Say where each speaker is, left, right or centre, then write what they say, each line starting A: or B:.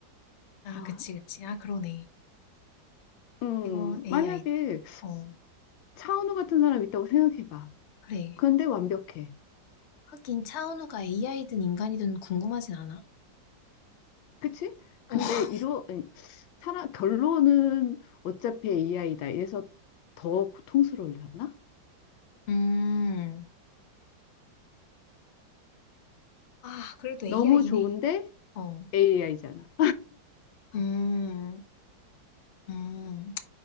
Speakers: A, on the left; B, on the left.
A: 아,
B: 아,
A: 그치, 그치. 아, 그러네.
B: 음,
A: 이거 AI다.
B: 만약에
A: 어,
B: 차은우 같은 사람 있다고 생각해봐.
A: 그래.
B: 그런데 완벽해,
A: 하긴 차은우가 AI든 인간이든 궁금하진 않아.
B: 그치? 근데
A: <laughs>
B: 이러, 아니, 사람, 결론은 어차피 AI다. 이래서 더 고통스러울려나
A: 음, 아, 그래도
B: 너무
A: AI긴
B: 좋은데
A: 해. 어,
B: AI잖아.
A: 음, 음.